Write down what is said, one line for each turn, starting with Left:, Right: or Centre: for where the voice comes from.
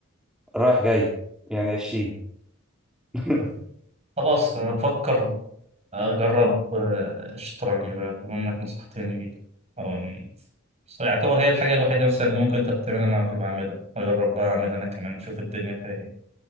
Centre: رايح جاي يعني 20 <laughs>
Right: خلاص أنا بفكر أجرب آه، الشطرنج بقى بما إنك نصحتني بيه أو إن- بس يعتبر هي الحاجة الوحيدة مثلا اللي ممكن أنت بتعملها أنا مش بعملها أجرب بقى أعملها أنا كمان أشوف الدنيا فيها إيه